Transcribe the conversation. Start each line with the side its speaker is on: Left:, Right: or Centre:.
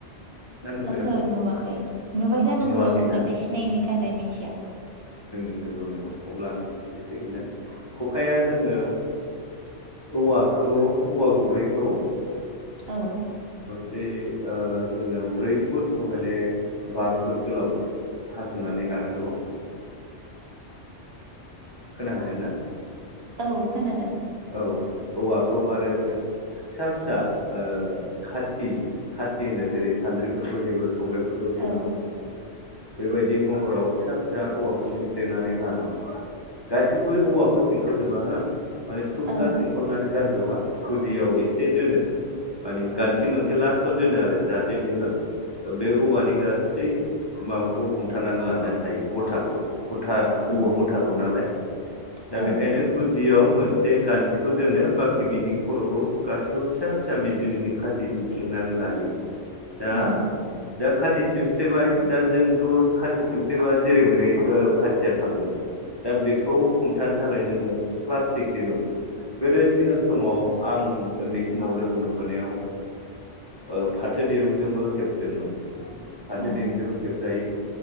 Left: ना नुफेराखै?
Right: ओहो नुवाखै नुबाय जानांगौ
Left: नुवाखैना
Right: आं नाथाय सिनायिनि थाखाय मिथिया।
Left: नोंगौ नोंगौ अब्ला आं एसे खोनथानो खखाया जोङो औवाखौ औवा गुबैखौ
Right: औ
Left: बे ओ जोङो ब्रै फुट नहले बा फुट गोलाव हास'नानै लानांगौ। खोना हादोंना?
Right: औ खोनादों।
Left: औ औवाखौ आरो फिसा फिसा ओ खाथि खाथि होनो जेरै सान्द्रिफोरखौ हेबो। संग्रायफोरखौ हेबो।
Right: औ
Left: बेबायदि महराव फिसा फिसा औवाखौ सिमफ्लेनानै लानांगौ गासिबो औवाखौ सिंखावजोबा हो थुब्ला
Right: औ
Left: सिंखावनानै गारज जोबा गुदियाव एसे दोनो माने गान्थि मोनसे लासाव दोनो आरो जाहाथ जे बेयो बे औवानि नि गासै माबाखौ हमथानानै लानो हायो गथाखौ। गथा
Right: उम
Left: औवा गथाखौ नालाय दा
Right: औ
Left: बेखायनो गुदि बियाव मोन जे गान्थिखौ दोनो बाखि बिनि खर'खौ गासैबो फिसा फिसा मेजि मेजि खाथि सिमफ्लेनानै लायो। दा
Right: उम
Left: दा खाथि सिमफ्लेबाय दा जोंथ' खाथि सिमफ्लेबा जेरै मेरै ओ खाथिया थांगोन दा बेखौ हमथानो थाखाय जोङो प्लास्टिक दिरुं गोदो सिगां समाव आं ओन्दै समाव लोगो मोनबोनायाव ओ फाथो दिरुंजोंबो हेब दोंमोन फाथो
Right: औ
Left: दिरुजोंबो हेबजायो।